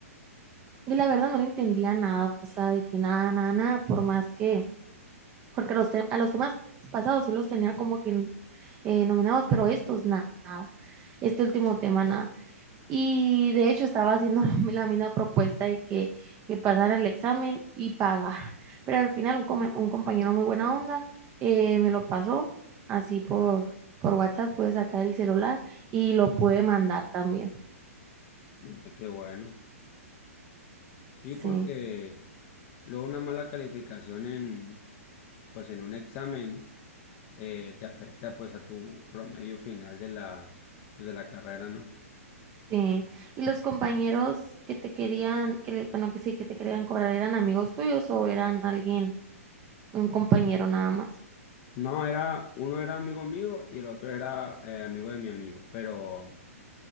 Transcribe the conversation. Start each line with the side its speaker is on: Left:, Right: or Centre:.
Right: y la verdad no le entendía nada, o sea, de que nada, nada, nada, por más que, porque los te- a los temas pasados sí los tenía como que eh, nominados, pero estos na- nada, este último tema nada. Y de hecho estaba haciendo <laughs> la la misma propuesta de que, que pasara el examen y pagar. <laughs> Pero al final un, come- un compañero muy buena onda eh, me lo pasó así por, por WhatsApp, pude sacar el celular y lo pude mandar también.
Left: Mm, Qué bueno. Sí,
Right: Sí,
Left: porque luego una mala calificación en, pues en un examen eh, te afecta pues a tu promedio final de la, pues de la carrera, ¿no?
Right: sí. ¿Y los compañeros que te querían, que le- bueno, que sí, que te querían cobrar, eran amigos tuyos o eran alguien, un compañero nada más?
Left: No, era, uno era amigo mío y el otro era eh, amigo de mi amigo, pero...